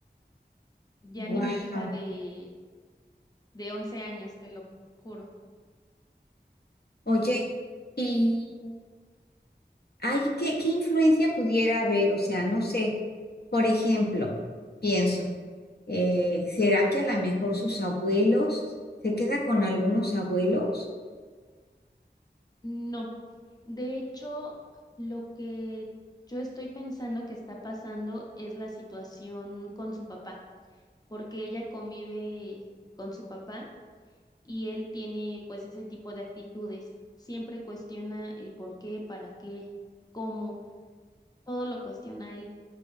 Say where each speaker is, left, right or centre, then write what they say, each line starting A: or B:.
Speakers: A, on the left; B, on the left.
A: Ya
B: Wow.
A: ni mi hija de, de once años, te lo juro.
B: Oye, y hay qué, qué influencia pudiera haber, o sea, no sé, por ejemplo, pienso, eh, ¿será que a lo mejor sus abuelos se queda con algunos abuelos?
A: No, de hecho, lo que yo estoy pensando que está pasando es la situación con su papá, porque ella convive con su papá y él tiene pues ese tipo de actitudes. Siempre cuestiona el por qué, para qué, cómo, todo lo cuestiona él.